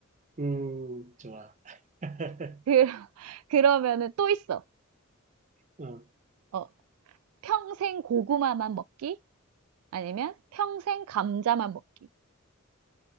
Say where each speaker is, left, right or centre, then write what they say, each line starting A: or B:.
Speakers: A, on the right; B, on the right.
A: 음, 좋아. <laughs>
B: 그, <laughs> 그러면은 또 있어.
A: 어.
B: 어, 평생 고구마만 먹기? 아니면 평생 감자만 먹기?